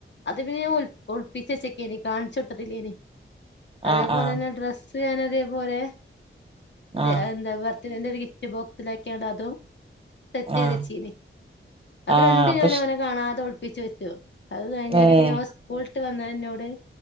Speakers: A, on the left; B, on the right.
A: അത് പിന്നെ ഞാ ഒളി ഒളിപ്പിച്ച് വെച്ചേക്കേയ്നി കാണിച്ചു കൊടുത്തിട്ടല്ലേയ്നി അതേപോലെ
B: ആഹ് ആഹ്
A: തന്നെ ഡ്രസ്സ് ഞാൻ അതേപോലെ അത്
B: ആഹ്
A: എന്താ വർ ഇതിലന്റെ ഒരു ഗിഫ്റ്റ് ബോക്സിലാക്കിയതതും സെറ്റ് ചെയ്ത്
B: ആഹ്
A: വെച്ചെയ്നി അത്
B: ആഹ്
A: രണ്ടും
B: അപ്പൊ
A: ഞാൻ
B: ഇഷ്
A: ഓനെ കാണാതെ ഒളിപ്പിച്ചു വെച്ചു അത് കഴിഞ്ഞാല്
B: ഏഹ്
A: പിന്നെ ഓ സ് കൂള്ട്ട് വന്നതും എന്നോട്